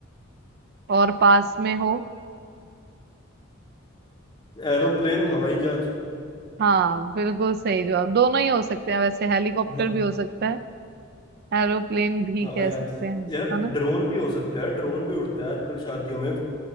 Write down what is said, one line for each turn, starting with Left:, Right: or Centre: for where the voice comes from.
Right: और पास में हो
Left: एरोप्लेन हवाई जहाज
Right: हाँ बिल्कुल सही जवाब दोनों ही हो सकते हैं वैसे हेलीकॉप्टर
Left: हाँ
Right: भी हो सकता है एरोप्लेन भी
Left: हाँ
Right: कह
Left: यार
Right: सकते हैं
Left: यार
Right: है ना
Left: ड्रोन भी हो सकता है ड्रोन भी उड़ता है आजकल शादियों में